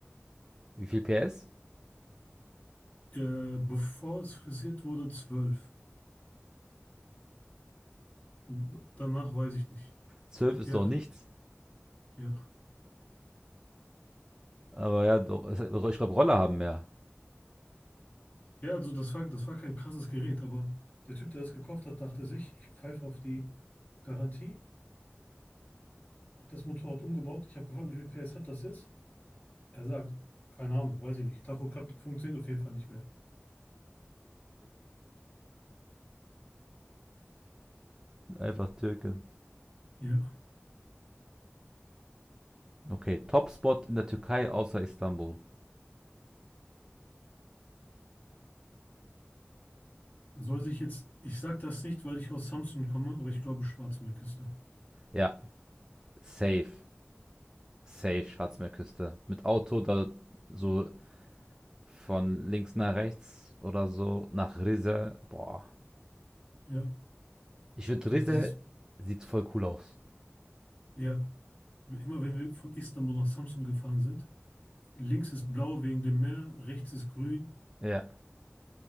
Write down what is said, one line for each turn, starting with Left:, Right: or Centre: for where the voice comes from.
Right: Wie viel PS?
Left: Äh, bevor es frisiert wurde, zwölf. D- Danach weiß ich nicht.
Right: 12 ist
Left: Ja,
Right: doch nichts.
Left: ja.
Right: Aber ja, doch, es- ich glaube, Roller haben mehr.
Left: Ja, also das war, das war kein krasses Gerät, aber der Typ, der das gekauft hat, dachte sich, ich pfeife auf die Garantie, hat das Motorrad umgebaut. Ich habe gefragt, wie viel PS hat das jetzt? Er sagt, keine Ahnung, weiß ich nicht. Tacho klappt, funktioniert auf jeden Fall nicht mehr.
Right: Einfach Türke.
Left: Ja,
Right: Okay, Topspot in der Türkei außer Istanbul.
Left: soll sich jetzt, ich sage das nicht, weil ich aus Samsun komme, aber ich glaube Schwarzmeerküste.
Right: Ja, safe. Safe, Schatzmeerküste. Mit Auto da so von links nach rechts oder so nach Rize. Boah.
Left: Ja,
Right: Ich würde
Left: also
Right: Rize
Left: dieses,
Right: sieht voll cool aus.
Left: ja, immer wenn wir von Istanbul nach Samsun gefahren sind, links ist blau wegen dem Meer, rechts ist grün.
Right: Ja,